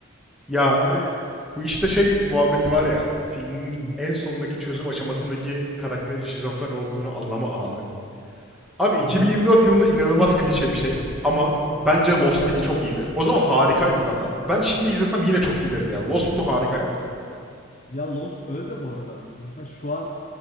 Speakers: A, in the centre; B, on the left (about 35°).
A: Ya
B: Yani
A: bu işte şey muhabbeti var ya. Filmin
B: hı,
A: en sondaki çözüm aşamasındaki karakterin şizofren olduğunu anlama anı. Abi 2024
B: aha,
A: yılında inanılmaz klişe bir şey ama bence Lost'taki
B: o zamanlar
A: çok iyiydi. O zaman harikaydı zaten. Ben şimdi izlesem yine çok iyi derim yani. Lost bunu harika yaptı.
B: ya Lost öyle de bu arada. Mesela şu an